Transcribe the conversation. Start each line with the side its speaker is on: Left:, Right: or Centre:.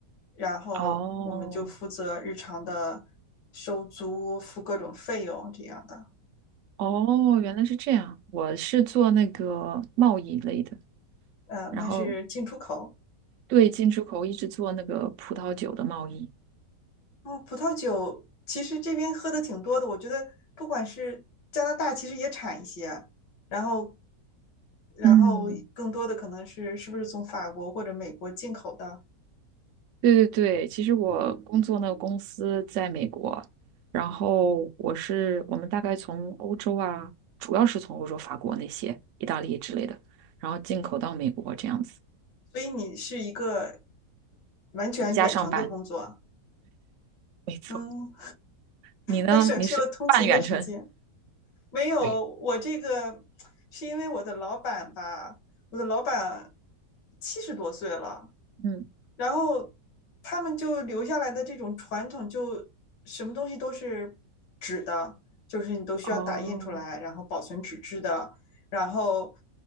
Left: 然后我们就负责日常的收租、
Right: 哦，
Left: 付各种费用这样的。
Right: 哦，原来是这样。我是做那个贸易类的，
Left: 嗯、
Right: 然后
Left: 那是进出口。
Right: 对进出口一直做那个葡萄酒的贸易。
Left: 哦，葡萄酒其实这边喝的挺多的，我觉得不管是加拿大，其实也产一些，然后然后更多的可能是是不是从法国或者美国进口的。
Right: 嗯，对对对，其实我工作那个公司在美国，然后我是我们大概从欧洲啊，主要是从欧洲、法国那些、意大利之类的，然后进口到美国这样子，
Left: 所以你是一个完全远程的工作啊，
Right: 在家上班。没错，
Left: 嗯，
Right: 你呢？
Left: 那省去了通勤的时间。
Right: 你是半远程？
Left: 没有，
Right: 对，
Left: 我这个是因为我的老板吧，我的老板七十多岁了，
Right: 嗯，
Left: 然后他们就留下来的这种传统，就什么东西都是纸的，就是你都需要打印出来，
Right: 哦，
Left: 然后保存纸质的，然后